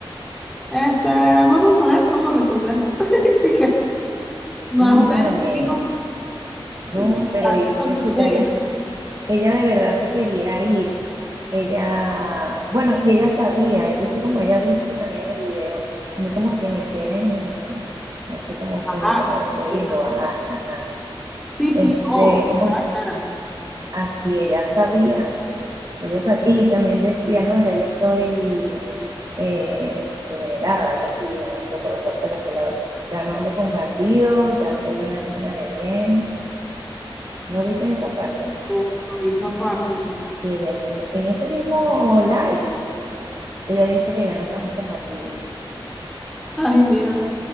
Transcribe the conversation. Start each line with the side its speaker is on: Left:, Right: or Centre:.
Centre: este, vamos a ver cómo resolvemos. <laughs> Más
Right: Sí,
Centre: o menos,
Right: vale.
Centre: un tipo
Right: No,
Centre: que está
Right: pero y pobrecita,
Centre: tratando de
Right: ella, ella de verdad se quería ir. Ella, bueno, y ella sabía, viste como ella dice también en el video, a mí como que me quieren, no sé cómo
Centre: bajar.
Right: fue la palabra que
Centre: algo
Right: dijo,
Centre: así.
Right: ajá, ajá.
Centre: Sí, sí,
Right: Este,
Centre: no.
Right: como
Centre: Ah, cara,
Right: así, ella sabía, Ella sa- y también decía, no, ya yo estoy eh, regenerada, algo así, digo no recuerdo cuál fue la palabra. Ya no ando con bandidos, ya soy una niña de bien. ¿No viste esa parte?
Centre: con, con esa parte.
Right: Y ella dijo, en ese mismo live, ella dice que ya no estamos con bandidos.
Centre: Ay, míralo.